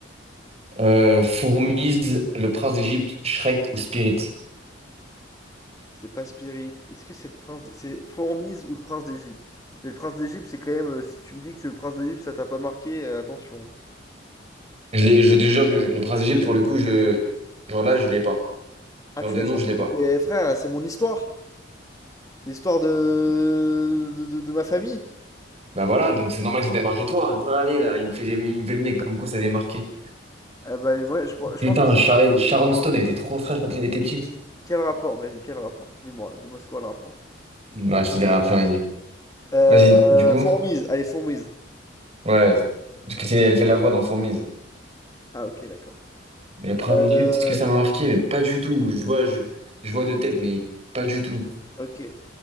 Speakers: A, on the right; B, on the left.
A: Euh, Fourmise, Le Prince d'Égypte, Shrek ou Spirit?
B: C'est pas Spirit. Est-ce que c'est le prince. d- C'est Fourmise ou le prince d'Égypte? Mais le prince d'Égypte, c'est quand même. euh, Si tu me dis que c'est le prince d'Égypte, ça t'a pas marqué, euh, attention.
A: Je l'ai, je te jure que je- Le Prince d'Égypte, pour le coup, je, genre là, je l'ai pas.
B: Ah,
A: Genre
B: tu
A: de
B: l'as
A: nom,
B: jamais
A: je l'ai
B: vu?
A: pas.
B: Mais frère, c'est mon histoire. C'est l'histoire de... De, de, de ma famille?
A: Bah voilà, donc c'est normal que ça t'ait marqué toi. Allez, là, il me fait, des- il me fait le nez, comme quoi ça t'est marqué.
B: Ah bah ouais, je, je
A: Putain,
B: pense que c'est-
A: Charlotte, Sharon Stone, elle était trop fraîche quand elle était petite.
B: Quel rapport? Vas-y, quel rapport? Dis-moi, dis-moi c'est quoi le rapport?
A: Bah, je te dirai après, vas-y.
B: Euh,
A: Vas-y, du coup.
B: fourmise, allez, fourmise.
A: Ouais, parce
B: Ouais.
A: que c'est- elle fait la voix dans Fourmise.
B: Ah ok, d'accord.
A: Mais le prince
B: Euh,
A: d'Égypte, est-ce que ça m'a marqué? Mais pas du tout. Je vois, je, je vois de tête, mais pas du tout.
B: ok.